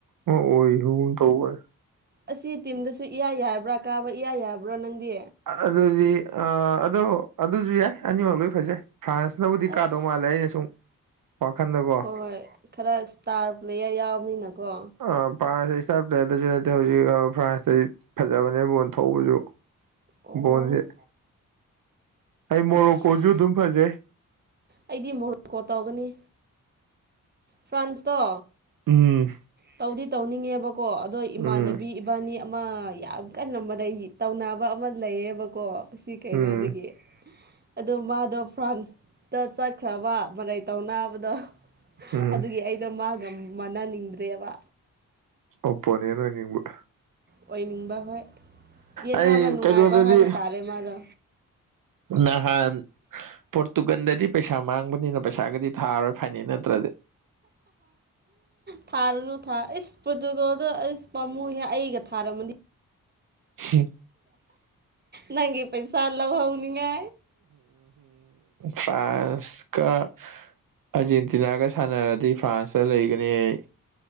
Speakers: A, on the right; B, on the right.
A: ꯑꯣ ꯑꯣꯔꯨꯟ ꯇꯧꯕꯅꯦ
B: ꯑꯁꯤ ꯇꯤꯝꯗꯁꯨ ꯏꯌꯥ ꯌꯥꯕ꯭ꯔꯥ ꯀꯥꯕ ꯏꯌꯥ ꯌꯥꯕ꯭ꯔꯥ ꯅꯪꯗꯤ
A: ꯑꯗꯨꯗꯤ ꯑꯗꯣ ꯑꯗꯨꯖꯨ ꯌꯥꯏ ꯑꯅꯤꯃꯛ ꯂꯣꯏ ꯐꯖꯩ ꯐ꯭ꯔꯥꯟꯁꯅꯕꯨꯗꯤ ꯀꯥꯗꯧ
B: ꯑꯁ
A: ꯃꯥꯜꯂꯦ ꯑꯩꯅ ꯁꯨꯝ ꯋꯥꯈꯟꯗꯀꯣ
B: ꯍꯣꯏ ꯈꯔ ꯏꯁꯇꯥꯔ ꯄ꯭ꯂꯦꯌꯔ ꯌꯥꯎꯕꯅꯤꯅꯀꯣ
A: ꯑꯥ ꯄ꯭ꯥꯔꯟꯁꯇꯗꯤ ꯏꯁꯇꯥꯔ ꯄ꯭ꯂꯦꯌꯥꯔꯗꯁꯨ ꯅꯠꯇꯦ ꯍꯧꯖꯤꯛ ꯐ꯭ꯥꯔꯟꯁꯇꯗꯤ ꯐꯖꯕꯅꯦ ꯕꯣꯟ ꯊꯧꯕꯖꯨ
B: ꯑꯣ
A: ꯕꯣꯟꯖꯦ ꯑꯩ ꯃꯣꯔꯣꯀꯣꯖꯨ
B: ꯑꯁ
A: ꯑꯗꯨꯝ ꯐꯖꯩ
B: ꯑꯩꯗꯤ ꯃꯣꯔꯣꯀꯣ ꯇꯧꯒꯅꯤ ꯐ꯭ꯔꯥꯟꯁꯇꯣ
A: ꯎꯝ
B: ꯇꯧꯗꯤ ꯇꯧꯅꯤꯡꯉꯦꯕ ꯀꯣ ꯑꯗꯣ ꯏꯃꯥꯟꯅꯕꯤ
A: ꯎꯝ
B: ꯏꯕꯥꯅꯤ ꯑꯃ ꯌꯥꯝ ꯀꯟꯅ ꯃꯔꯩ ꯇꯧꯅꯕ ꯑꯃ ꯂꯩꯌꯦꯕꯀꯣ ꯁꯤ ꯀꯩꯅꯣꯗꯒꯤ
A: ꯎꯝ
B: ꯑꯗꯣ ꯃꯗꯣ ꯐ꯭ꯔꯥꯟꯁꯇ ꯆꯠꯈ꯭ꯔꯕ ꯃꯔꯩ ꯇꯧꯅꯕꯗꯣ
A: ꯎꯝ
B: ꯑꯗꯨꯒꯤ ꯑꯩꯗꯣ ꯃꯥꯒ ꯃꯥꯟꯅꯅꯤꯡꯗ꯭ꯔꯦꯕ
A: ꯑꯣꯄꯣꯅꯦꯟ ꯑꯣꯏꯅꯤꯡꯕ
B: ꯑꯣꯏꯅꯤꯡꯕ ꯍꯣꯏ ꯌꯦꯠꯅꯕ
A: ꯑꯩ
B: ꯅꯨꯡꯉꯥꯏꯕ
A: ꯀꯩꯅꯣꯗꯗꯤ
B: ꯍꯥꯏꯕ ꯇꯥꯔꯦ ꯃꯥꯗꯣ
A: ꯅꯍꯥꯟ ꯄꯣꯔꯇꯨꯒꯜꯗꯗꯤ ꯄꯩꯁꯥ ꯃꯥꯡꯕꯅꯤꯅ ꯄꯩꯁꯥꯒꯗꯤ ꯊꯥꯔꯣꯏ ꯐꯥꯏꯅꯦꯜ ꯅꯠꯇ꯭ꯔꯗꯤ
B: ꯊꯥꯔꯨꯅꯨ ꯊꯥ ꯏꯁ ꯄꯣꯔꯇꯨꯒꯜꯗ ꯏꯁ ꯄꯥꯝꯃꯨꯏꯍꯦ ꯑꯩꯒ ꯊꯥꯔꯝꯃꯗꯤ
A: ꯍꯦ
B: ꯅꯪꯒꯤ ꯄꯩꯁꯥ ꯂꯧꯍꯧꯅꯤꯡꯉꯦ
A: ꯐ꯭ꯔꯥꯟꯁꯀ ꯑꯥꯔꯖꯦꯟꯇꯤ ꯇꯤꯅꯥꯒ ꯁꯥꯟꯅꯔꯗꯤ ꯐ꯭ꯔꯥꯟꯁꯇ ꯂꯩꯒꯅꯤ ꯑꯩ